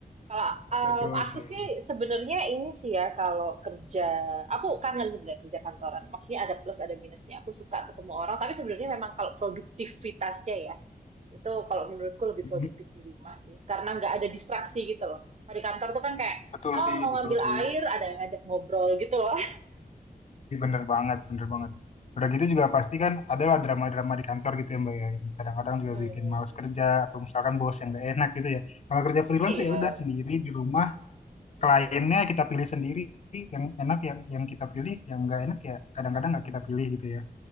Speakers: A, on the right; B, on the left.
A: Kalau um,
B: Betul
A: aku
B: sih.
A: sih sebenarnya ini sih ya kalau kerja, aku kangen sebenarnya kerja kantoran. Maksudnya ada plus ada minusnya. Aku suka ketemu orang, tapi sebenarnya memang kalau produktivitasnya ya Itu kalau menurutku lebih
B: Mhm.
A: produktif di rumah sih, karena nggak ada distraksi gitu loh. Kalau di kantor tuh kan kayak,
B: Betul
A: oh
B: sih,
A: mau
B: betul
A: ngambil
B: sih.
A: air, ada yang ngajak ngobrol gitu loh.
B: Ih, Bener banget, bener banget. Udah gitu
A: <laughs>
B: juga pasti kan adalah drama-drama di kantor gitu ya Mbak ya. Yang kadang-kadang juga
A: Hmm,
B: bikin males kerja atau misalkan bos yang gak enak gitu ya. Kalau kerja freelance
A: iya.
B: ya udah sendiri di rumah
A: Mm-mm.
B: kliennya kita pilih sendiri yang enak yang yang kita pilih yang nggak enak ya kadang-kadang nggak kita pilih gitu ya